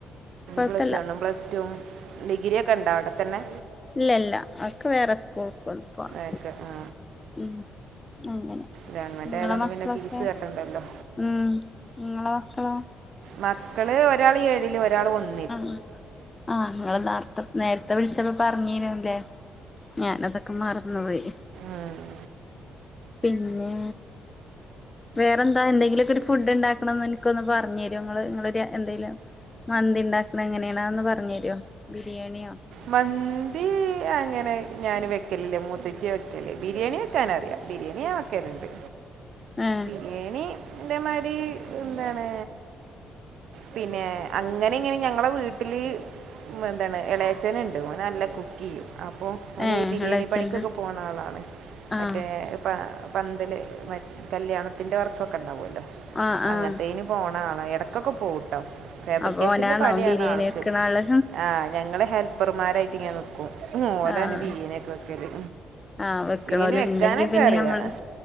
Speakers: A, on the left; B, on the right.
A: കൊഴപ്പല്ല
B: പ്ലസ് വണ്ണും പ്ലസ്ടും ഡിഗ്രിയൊക്കെ ഉണ്ടോ അവിടെത്തന്നെ.
A: ഇല്ലല്ല അവൾക്ക് വേറെ സ്കൂൾക്ക്‌ പോണം
B: ഓക്കെ ആ
A: ഉം അങ്ങനെ
B: ഗവൺമെന്റ്
A: നിങ്ങളെ
B: ആയതുകൊണ്ട്
A: മക്കളൊക്കെ
B: പിന്നെ ഫീസ് കെട്ടണ്ടല്ലോ
A: ഉം ങ്ങളെ മക്കളോ
B: മക്കള് ഒരാൾ ഏഴില് ഒരാൾ ഒന്ന്
A: ആഹ് ആഹ് ഇങ്ങൾ നാർത്തെ നേരത്തെ വിളിച്ചപ്പോ പറഞ്ഞീനൂല്ലേ. ഞാനതൊക്കെ മറന്ന് പോയി.
B: ആഹ് ആഹ്
A: പിന്നെ വേറെ എന്താ എന്തെങ്കിലുമൊക്കെ ഒരു ഫുഡ് ഉണ്ടാക്കണത് എനിക്കൊന്ന് പറഞ്ഞു തരോ ഇങ്ങള്. ഇങ്ങള് എന്തേലും മന്തി ണ്ടാക്കണത് എങ്ങനെയാണ് അതൊന്ന് പറഞ്ഞു തരോ ബിരിയാണിയോ
B: മന്തി അങ്ങനെ ഞാൻ വെക്കലില്ല മൂത്തച്ചിയാ വെക്കല്. ബിരിയാണി വെക്കാനറിയാം ബിരിയാണിയ ഞാൻ വ ക്കെന്ത്
A: ഏഹ്
B: ബിരിയാണി ൻ്റെ മാരി എന്താണ് പിന്നെ അങ്ങനിം ഇങ്ങനിം ഞങ്ങളെ വീട്ടില് എന്താണ് എള ളച്ഛനുണ്ട് ഓന് നല്ല കുക്കെയ്യും. അപ്പോ ഓന്
A: ഏഹ്
B: ഈ ബിരിയാണി
A: എളേച്ചന്റെ
B: പണിക്കൊക്കെ പോണ ആളാണ് മറ്റേ
A: ആഹ്
B: പ പന്തല് മ കല്യാണത്തിറെ വർക്കൊക്കെ ഉണ്ടാവുമല്ലോ
A: ആഹ്
B: അങ്ങനത്തേനും
A: ആഹ്
B: പോണ ആളാ. ഇടക്കൊക്കെ പോവൂട്ടോ. ഫാബ്രിക്കേഷന്റെ
A: അപ്പൊ ഓനാണോ
B: പണിയാണ്
A: ബിരിയാണി
B: ആൾക്ക്
A: വെക്കണ ആള്
B: ആ ഞങ്ങള് ഹെൽപ്പർമാരായിട്ട് ഇങ്ങനെ നിൽക്കും. ഓലാണ്
A: ആഹ്
B: ബിരിയാണിയൊക്കെ വെക്കല്
A: ആഹ് വെക്കണ
B: ബിരിയാണി
A: ഓല്
B: വെക്കാനൊക്കെ
A: ഉണ്ടെങ്കി പിന്നെ
B: അറിയാം
A: നമ്മള്